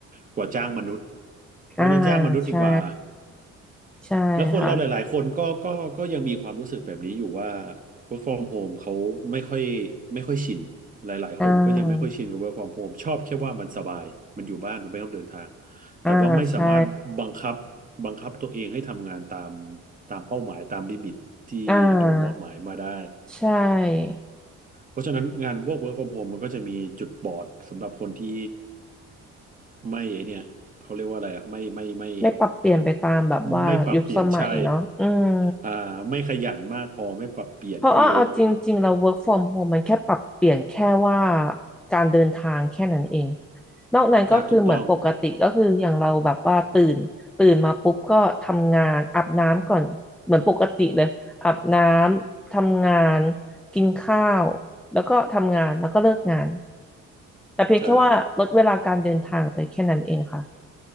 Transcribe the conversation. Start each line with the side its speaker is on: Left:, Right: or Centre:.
Right: กว่าจ้างมนุษย์เพราะฉะนั้นจ้างมนุษย์ดีกว่า
Centre: อ่าใช่ใช่ค่ะ
Right: แล้วคนเราหลายๆ คนก็ก็ก็ยังมีความรู้สึกแบบนี้อยู่ว่า work from home เขาไม่ค่อยไม่ค่อยชินหลายๆ
Centre: อ่า
Right: คนก็ยังไม่ค่อยชินกับ work from home ชอบแค่ว่ามันสบายมันอยู่บ้านมันไม่ต้องเดินทางแต่ว่าไม่สามารถบังคับ
Centre: อ่าใช่
Right: บังคับตัวเองให้ทำงานตามตามเป้าหมายตามลิมิตที่โดนมอบหมายมาได้
Centre: อ่าใช่
Right: เพราะฉะนั้นงานพวก work from home มันก็จะมีจุดบอดสำหรับคนที่ ไม่ไอเนี่ยเขาเรียกว่าอะไรอ่ะไม่ไม่ไม่
Centre: ไม่ปรับเปลี่ยนไปตามแบบว่ายุคสมัยเนาะอืม
Right: ไม่ปรับเปลี่ยนใช่อ่าไม่ขยันมากพอไม่ปรับเปลี่ยนคือ
Centre: เพราะว่าเอาจริงๆเรา work from home มันแค่ปรับเปลี่ยนแค่ว่าการเดินทางแค่นั้นเองนอกนั้นก็คือเหมือนปกติก็คืออย่างเราแบบว่าตื่นตื่นมาปุ๊บก็ทำงานอาบน้ำก่อนเหมือนปกติเลยอาบน้ำทำงาน
Right: อ่าถูกต้อง
Centre: กินข้าวแล้วก็ทำงานแล้วก็เลิกงานแต่เพียงแค่ว่าลดเวลาการเดินทางไปแค่นั้นเองค่ะ
Right: ใช่ฮะ